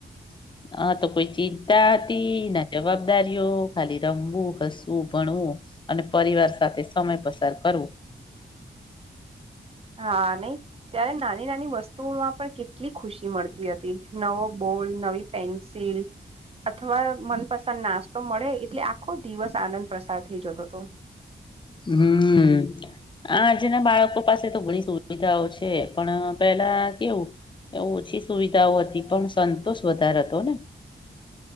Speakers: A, on the left; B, on the right.
A: <unintelligible> તો કોઈ ચિંતા હતી ના જવાબ દારીઓ ખાલી રમવું હસવું ભણવું અને પરિવાર સાથે સમય પસાર કરવું.
B: હા નય ત્યારે નાની નાની વસ્તુઓમાં પણ કેટ કેટલી ખુશી મળતી હતી, નવો બોલ નવી પેન્સિલ અથવા મનપસંદ નાસ તો મળે એટલે આખો દિવસ આનંદ પ્રસાર થઈ જતો હતો.
A: હમ્મ આજના બાળકો પાસે તો ઘણી સુવિધાઓ છે, પણ પેલા કેવું એ ઓછી સુવિધાઓ હતી, પણ સંતોષ વધારે હતો ને